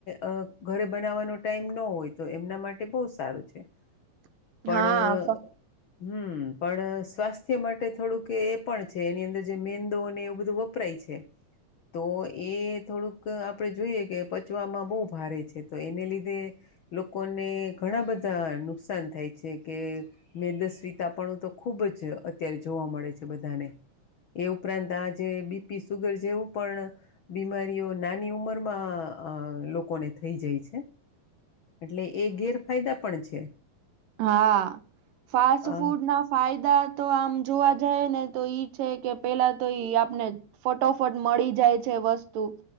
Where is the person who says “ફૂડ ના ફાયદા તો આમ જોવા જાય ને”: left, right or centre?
Right